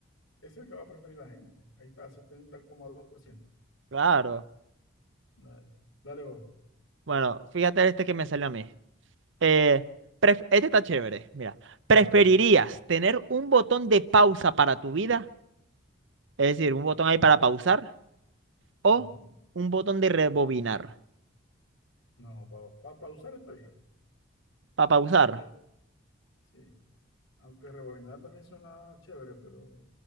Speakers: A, on the left; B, on the right.
A: Ese es el que va a preferir la gente. Ahí está, setenta coma dos por ciento
B: Claro.
A: Dale, dale vos.
B: Bueno, fíjate este que me salió a mí. Eh, pref- este está chévere. Mira, ¿preferirías
A: Ajá.
B: tener un botón de pausa para tu vida? Es decir, un botón ahí para pausar o
A: ujú.
B: un botón de rebobinar.
A: No, para pausar está bien.
B: Para pausar,
A: Porque, sí. Aunque rebobinar también suena chévere, pero